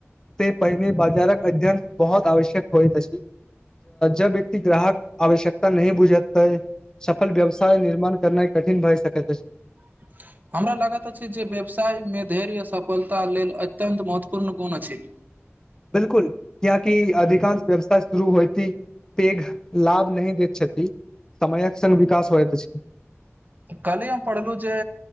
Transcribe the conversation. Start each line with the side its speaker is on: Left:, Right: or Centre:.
Left: से पहिने बाजारक अध्ययन बहुत आवश्यक होइत अइछ जब व्यक्ति ग्राहक आवश्यकता नहि बुझतै सफल व्यवसाय निर्माण करना कठिन भए सकै छै
Right: <unintelligible> हमरा लागैत अछि जे व्यवसाय मे धैर्य आ सफलता लेल अत्यन्त महत्वपूर्ण गुण अछि
Left: बिलकुल यहाँ की अधिकांश व्यवसाय शुरू होइ त पेघ लाभ नहि दैत छथि समयक संग विकास होइत अछि
Right: काल्हि हम पढ़लहु जे